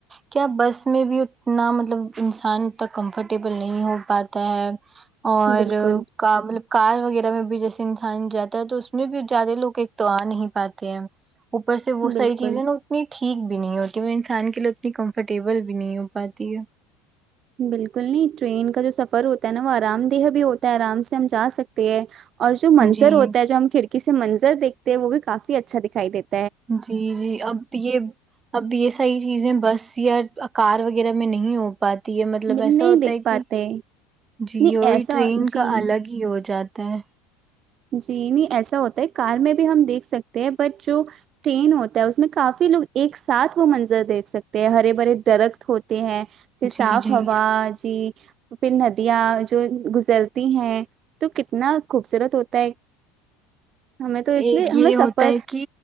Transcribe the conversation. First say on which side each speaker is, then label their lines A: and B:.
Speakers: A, on the right; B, on the right.
A: کیا بس میں بھی اتنا مطلب انسان اتنا کمفرٹیبل نہیں ہو پات تے اور
B: بالکل
A: کا مطلب کار وغیرہ میں بھی جیسے انسان جاتا ہے تو اس میں بھی زیادہ لوگ ایک تو آ نہیں پاتے ہیں اوپر سے وہ
B: بالکل
A: ساری چیزیں نا ٹھیک بھی نہیں ہوتی وہ انسان کے لیے اتنی کمفرٹیبل بھی نہیں ہو پاتی ہے
B: بالکل نہیں ٹرین کا جو سفر ہوتا ہے نا وہ آرام دہ بھی ہوتا ہے آرام سے ہم جا سکتے ہیں اور جو منظر
A: جی
B: ہوتا ہے جو ہم کھڑکی سے منظر دیکھتے ہیں وہ بھی کافی اچھا دکھائی دیت
A: جی جی اب یہ اب یہ صحیح چیزیں بس یا کار وغیرہ میں نہیں ہو پاتی ہے مطلب
B: نہیں
A: ایسا ہوتا
B: دیکھ
A: ہے
B: پاتے
A: کہ جیو
B: نہیں
A: یہی
B: ایسا
A: ٹرین
B: جی
A: کا الگ ہی ہی ہو جاتا ہے
B: جی نہیں ایسا ہوتا ہے کار میں بھی ہم دیکھ سکتے ہیں بٹ جو ٹرین ہوتا ہے اس میں کافی لوگ ایک ساتھ وہ منظر دیکھ سکتے ہیں ہرے برے درخت ہوتے ہیں پر
A: جی،
B: صاف
A: جی،
B: ہوا جی پھر ندیاں جو گزرتی ہیں تو کتنا خوبصورت ہوتا ہے ہمیں تو اس
A: ایک
B: لیے ہمیں
A: یہ
B: سفر
A: ہوتا ہے کہ